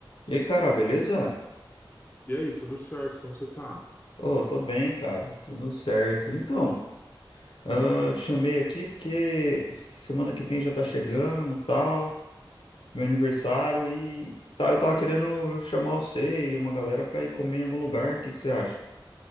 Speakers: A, on the left; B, on the left.
A: E aí, cara, beleza?
B: E aí, tudo certo? Como você tá?
A: Ô, tô bem, cara, tudo certo. Então, ah, eu te chamei aqui porque s- semana que vem já tá chegando, tal, meu aniversário e tá, eu tava querendo chamar você e uma galera pra ir comer em algum lugar, o que que você acha?